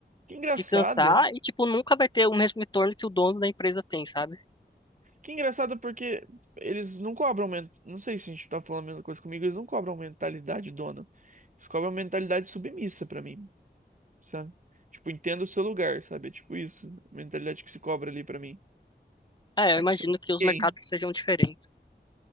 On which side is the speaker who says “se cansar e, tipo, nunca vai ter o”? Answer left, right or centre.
Left